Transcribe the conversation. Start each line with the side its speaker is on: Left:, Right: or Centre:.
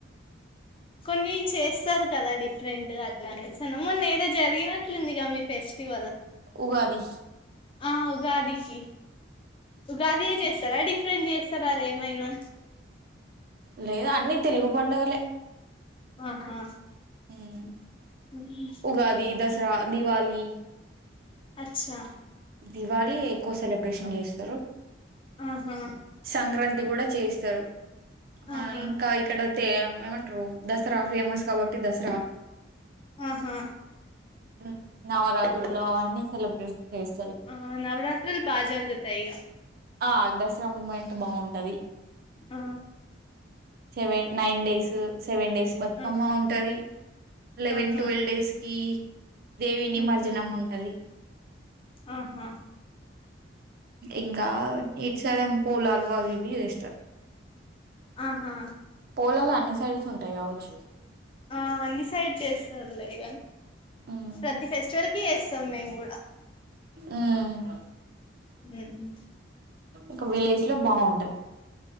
Left: కొన్ని చేస్తారు కదా డిఫరెంట్ గా అట్లానేసి అన్ మొన్న ఏదో జరిగినట్లుందిగా మీ ఫెస్టివల్
Right: ఉగాది
Left: ఆ ఉగాదికి ఉగాది ఏ చేస్తారా డిఫరెంట్ చేస్తారా అది ఏమైనా
Right: లేదు అన్నీ తెలుగు పడుగలే
Left: ఆహా
Right: ఉమ్
Left: ఉహు.
Right: ఉగాది దసరా దివాలీ
Left: అచ్చా
Right: దివాళి ఎక్కువ సెలబ్రేషన్ చేస్తారు
Left: ఆహా
Right: సంక్రాంతి కూడా చేస్తారు
Left: ఆహా
Right: ఆ ఇంకా ఇక్కడతే ఏమంటారు దసరా ఫేమస్ కాబట్టి దసరా
Left: ఆహా
Right: ఉమ్ నవరాత్రులు అవన్నీ సెలబ్రేట్ చేస్త్
Left: ఆ నవరాత్రల్ బా జరుగుతాయి ఇగ
Right: ఆ దసరా మూమెంట్ బాగుంటది
Left: ఆ
Right: seven nine days seven days బతుకమ్మ
Left: ఆ
Right: ఉంటది లెవెన్
Left: ఆహా
Right: ట్వెల్వ్ డేస్ కి దేవి నిమజ్జనం
Left: ఉహు
Right: ఉంటది
Left: ఆహా
Right: ఇంకా నీటి సలం పూలాలు అవివి చేస్తారు
Left: ఆహా
Right: పోలాలు అన్ని సైడ్స్ ఉంటాయి కావచ్చు
Left: ఆ అన్ని సైడ్ చేస్తారులేగాని
Right: ఉమ్
Left: ప్రతి ఫెస్టివల్ కి చేస్తాం మేము కూడా
Right: ఉమ్
Left: ఉమ్.
Right: ఇకా విలేజ్ లో బాగుంటది